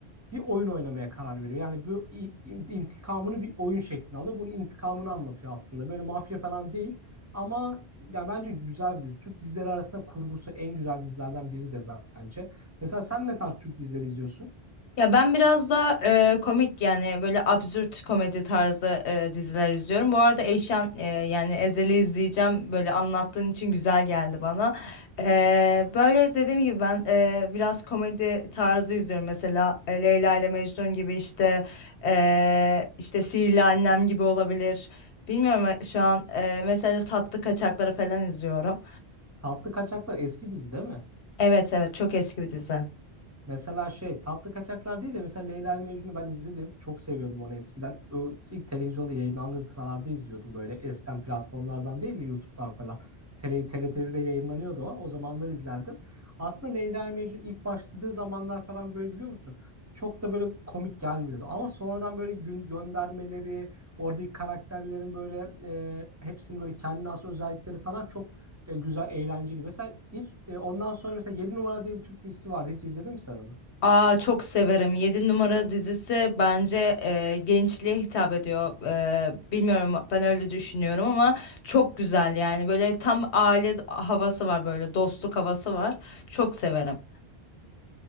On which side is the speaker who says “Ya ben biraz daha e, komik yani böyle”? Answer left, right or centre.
Left